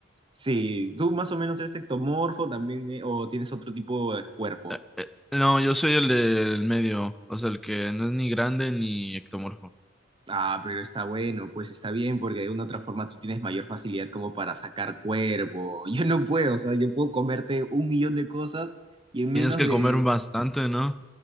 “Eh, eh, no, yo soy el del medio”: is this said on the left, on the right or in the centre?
Centre